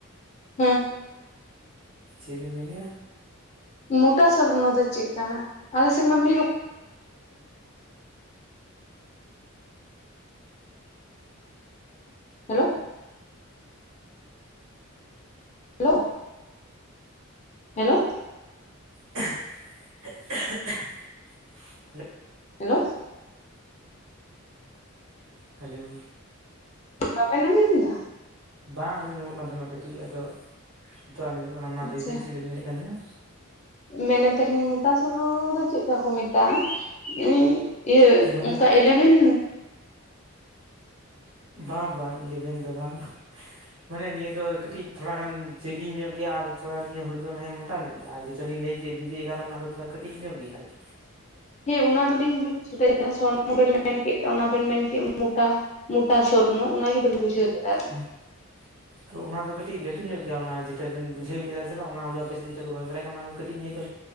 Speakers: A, on the left; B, on the right.
A: ᱦᱮᱸ
B: ᱪᱮᱫ ᱵᱤᱱ ᱢᱮᱱᱮᱜᱼᱟ?
A: ᱢᱚᱴᱟ ᱥᱚᱨᱱᱚ ᱫᱚ ᱪᱮᱜᱠᱟᱱᱟ, ᱟᱞᱮ ᱥᱮᱫ ᱢᱟ <inaudible> hello hello hello
B: hello
A: hello
B: hello
A: ᱵᱟᱵᱤᱱ ᱟᱸᱡᱚᱢ ᱫᱟ?
B: ᱵᱟᱝ ᱟᱸᱡᱚᱢ ᱧᱟᱢᱚᱜ ᱠᱟᱱ ᱛᱟᱦᱮᱱᱟ ᱠᱟᱹᱴᱤᱡ ᱟᱫᱚ ᱱᱤᱛᱚᱜ ᱟᱸᱡᱚᱢᱚᱜ ᱠᱟᱱᱟ, ᱢᱟ
A: ᱟᱪᱪᱷᱟ
B: ᱞᱮ ᱵᱤᱱ ᱪᱮᱫ ᱵᱤᱱ ᱢᱮᱱᱮᱫ ᱠᱟᱱ ᱛᱟᱦᱮᱱᱟ?
A: ᱢᱮᱱᱮᱫ ᱛᱟᱦᱮᱱ ᱢᱚᱴᱟ ᱦᱳᱞᱚ ᱫᱚ ᱪᱮᱫᱠᱟ ᱠᱚ ᱢᱮᱛᱟᱜᱼᱟ᱾ ᱤᱧ ᱤᱭᱟᱹ
B: ᱢᱟᱱᱮ
A: ᱚᱱᱠᱟ ᱤᱞᱮᱵᱷᱮᱱ
B: ᱵᱟ ᱵᱟᱝ ᱤᱞᱤᱵᱷᱮᱱ ᱫᱚ ᱵᱟᱝ ᱢᱟᱱᱮ ᱱᱤᱭᱟᱹ ᱫᱚ ᱠᱟᱹᱴᱤᱡ ᱛᱷᱚᱲᱟ ᱜᱟᱱ ᱡᱮᱞᱤᱧ ᱧᱚᱜ ᱜᱮᱭᱟ, ᱟᱨ ᱛᱷᱚᱲᱟ ᱱᱤᱭᱟᱹ ᱦᱩᱲᱩ ᱫᱚ <inaudible> ᱢᱚᱴᱟ ᱧᱚᱜ ᱜᱮᱭᱟ, ᱟᱨ ᱡᱮᱴᱟ ᱞᱤᱧ ᱞᱟᱹᱭ ᱠᱮᱜ ᱵᱤᱵᱤ ᱮᱜᱟᱨᱚ ᱚᱱᱟ ᱫᱚ ᱠᱟᱹᱴᱤᱡ ᱧᱚᱜ ᱜᱮᱭᱟ ᱟᱨᱠᱤ᱾
A: ᱦᱮᱸ ᱚᱱᱟ ᱫᱚᱞᱤᱧ ᱵᱩᱡ ᱠᱮᱫᱟ ᱡᱟᱦᱟᱸ ᱥᱚᱱᱱᱚ ᱵᱮᱱ ᱢᱮᱱ ᱠᱮᱫ ᱚᱱᱟ ᱵᱮᱱ ᱢᱮᱱᱠᱮᱫ ᱢᱚᱴᱟ ᱢᱩᱴᱟ ᱥᱚᱨᱱᱚ ᱚᱱᱟᱜᱮ ᱵᱟᱹᱞᱤᱧ ᱵᱩᱡᱷᱟᱹᱣ ᱫᱟᱲᱮᱭᱟᱫᱟ᱾
B: <unintelligible> ᱛᱚ ᱚᱱᱟᱫᱚ ᱠᱟᱹᱴᱤᱡ ᱞᱟᱹᱴᱩ ᱧᱚᱜ ᱜᱮᱭᱟ ᱚᱱᱟ ᱡᱮᱴᱟ ᱵᱮᱱ ᱵᱩᱡᱷᱟᱹᱣ ᱠᱮᱫᱟ ᱥᱮ ᱵᱟᱝ ᱚᱱᱟ ᱦᱩ ᱟᱮᱯᱮᱥᱮᱫ ᱡᱮᱴᱟ ᱠᱚ ᱨᱚᱦᱚᱭ ᱵᱟᱲᱟᱭᱟᱼᱟ ᱚᱱᱟ ᱦᱩ ᱠᱟᱹᱴᱤᱡ ᱱᱤᱭᱮ ᱫᱚ